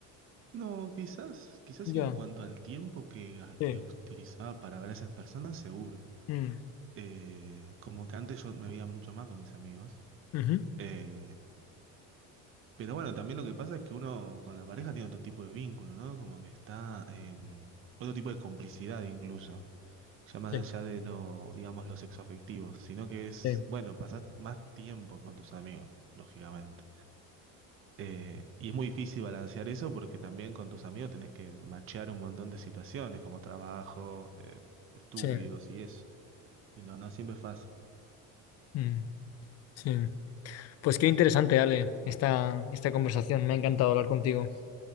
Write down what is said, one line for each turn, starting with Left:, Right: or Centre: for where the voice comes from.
Right: No, quizás, quizás
Left: Ya,
Right: sí en cuanto al tiempo que,
Left: sí.
Right: que utilizaba para ver a esas personas, seguro.
Left: Mm,
Right: Eh, como que antes yo me veía mucho más con mis amigos.
Left: ujú,
Right: Eh, pero bueno, también lo que pasa es que uno con la pareja tiene otro tipo de vínculo, ¿no? Como que está, eh, otro tipo de complicidad incluso. ya más
Left: Sí,
Right: allá de lo, digamos, los sexoafectivos, sino que es,
Left: sí,
Right: bueno, pasás más tiempo con tus amigos, lógicamente. Eh, y es muy difícil balancear eso porque también con tus amigos tenés que machear un montón de situaciones como trabajo, eh, estudios
Left: sí.
Right: y eso. Y no, no siempre es fácil.
Left: mm, sí. Pues qué interesante, Ale, esta, esta conversación. Me ha encantado hablar contigo.